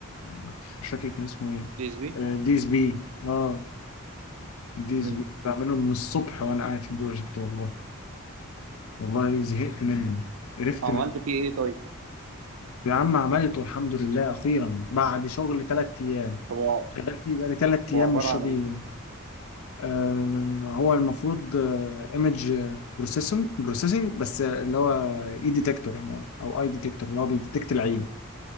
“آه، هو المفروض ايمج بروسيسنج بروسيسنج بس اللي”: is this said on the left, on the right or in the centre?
Left